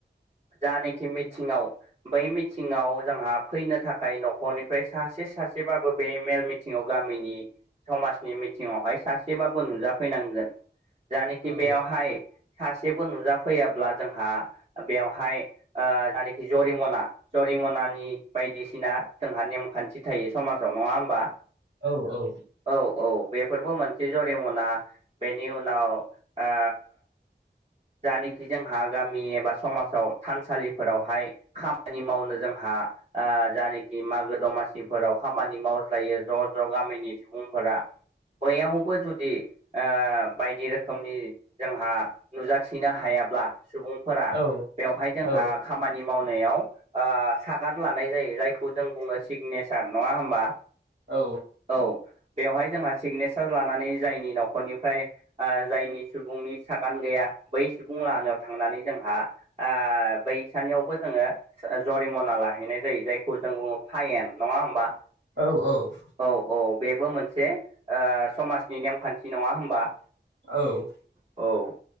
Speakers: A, on the right (about 40°); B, on the right (about 75°).
A: जानाखि मिथिङाव बै मिथिङाव जोंहा फैनो थाखाय न'खरनिफ्राय सासे सासेबाबो बे मेल मि थिङाव गामिनि समाज नि मिथिङावहाय सासेबाबो नुजाफैनांगोन जानखि
B: औ
A: बेयावहाय सासेबो नुजाफैयाब्ला जोंहा बेवहाय ओ जानाखि जरिमना जरिमनानि बायदिसिना जोंहा नेमखान्थि थायो समाजाव नङा होमबा
B: औ औ
A: औ औ बेफोरबो मोनसे जरिमाना बेनि उनाव ओ जानोखि जोंहा गामि एबा समाजाव थानसालिफोरावहाय खामानि मावनो जोंहा ओ जानोखि मागो दमासिफोराव खामानि मावज्लायो ज' ज' गामिनि सुबुं फोरा बैयावबो जुदि ओ बायदि रोखोमनि जोंहा नुजाथिनो हायाब्ला सुबुं फोरा
B: औ
A: बेवहाय जोंहा
B: औ
A: खामानि मावनायाव ओ सागान लानाय जायो जायखौ जों बुङो सिगनेसार नङा होमबा
B: औ
A: औ बेवहाय जोंहा सिगनेसार लानानै जायनि न'खरनिफ्राय ओ जायनि सुबुंनि सागान गैया बै सुबुं लाहानायाव थांनानै जोंहा ओ, बैसानियावबो जोङो जा जरिमना लाहैनाय जायो जायखौ जों बुङो फायेन नङा होमबा
B: औ औ
A: औ औ बेबो मोनसे ओ समाजनि नेमखान्थि नङा होमबा
B: औ
A: औ